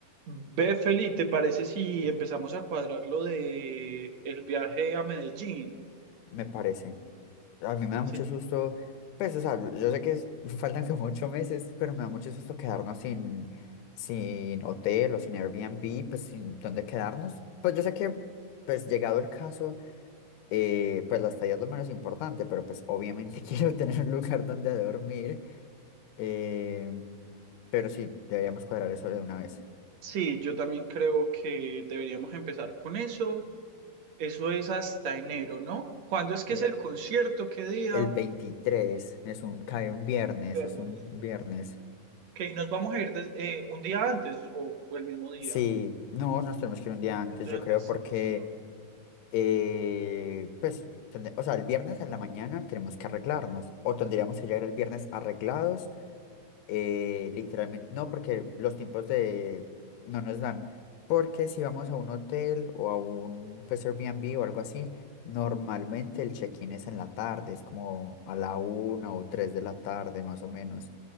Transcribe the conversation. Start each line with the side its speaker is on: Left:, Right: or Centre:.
Right: Ve, Feli, ¿te parece si empezamos a cuadrar lo de el viaje a Medellín?
Left: me parece. A mí me da
Right: Sí.
Left: mucho susto, pues, o sea, yo sé que es- <laughs> faltan como ocho meses, pero me da mucho susto quedarnos sin, sin hotel o sin Airbnb, pues, sin dónde quedarnos. Pues yo sé que, pues, llegado el caso, eh, pues la estadía es lo menos importante, pero pues obviamente <laughs> quiero tener un lugar donde dormir. eh, pero sí, deberíamos cuadrar eso de una vez.
Right: Sí, yo también creo que deberíamos empezar con eso. Eso es hasta enero, ¿no? ¿Cuándo es que
Left: Eh,
Right: es el concierto? ¿Qué día?
Left: El 23 es un, cae un viernes,
Right: Viernes.
Left: es un viernes.
Right: Ok, nos vamos a ir des- eh, un día antes o, o el mismo día.
Left: Sí, no, nos tenemos que ir un día antes,
Right: Un día
Left: yo
Right: antes,
Left: creo, porque,
Right: listo.
Left: eh, pues, tende- o sea, el viernes en la mañana tenemos que arreglarnos, o tendríamos que llegar el viernes arreglados, eh, literalmente, no, porque los tiempos de, no nos dan, porque si vamos a un hotel o a un, pues, Airbnb o algo así, normalmente el check-in es en la tarde, es como a la una o tres de la tarde, más o menos